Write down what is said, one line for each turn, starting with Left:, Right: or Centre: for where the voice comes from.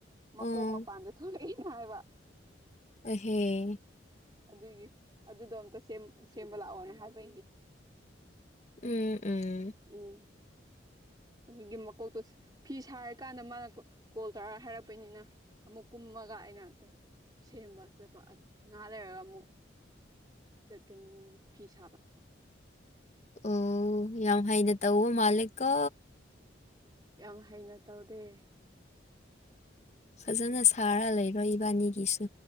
Right: ꯃꯀꯣꯛ
Left: ꯑꯣ
Right: ꯃꯄꯥꯟꯗ ꯊꯣꯛꯂꯛꯑꯅ ꯍꯥꯏꯕ
Left: ꯑꯍ
Right: ꯑꯗꯨꯒꯤ ꯑꯗꯨꯗꯣ ꯑꯝꯇ ꯁꯦꯝꯕ ꯂꯥꯛꯑꯣꯅꯦ ꯍꯥꯏꯕ
Left: ꯎꯝ ꯎꯝ
Right: ꯎꯝ ꯑꯗꯨꯒꯤ ꯃꯀꯣꯛꯇꯣ ꯐꯤ ꯁꯥꯔꯀꯥꯟꯗ ꯃꯥꯅ ꯀꯣꯜ ꯇꯧꯔꯒ ꯍꯥꯏꯔꯛꯄꯩꯅꯤꯅ ꯑꯃꯨꯛ ꯀꯨꯝ ꯑꯃꯒ ꯑꯩꯅ ꯁꯦꯝꯕ ꯆꯠꯄ ꯑꯗꯨꯒꯤ ꯉꯥ ꯂꯩꯔꯒ ꯑꯃꯨꯛ ꯆꯠꯀꯅꯤ ꯐꯤ ꯁꯥꯕ
Left: ꯑꯣ ꯌꯥꯝ ꯍꯩꯗ ꯇ ꯎ ꯃꯥꯂꯛꯣ
Right: ꯌꯥꯝ ꯍꯩꯅ ꯇꯧꯗꯦ
Left: ꯐꯖꯅ ꯁꯥꯔ ꯂꯩꯔꯣꯏ ꯏꯕꯥꯅꯤꯒꯤꯁꯨ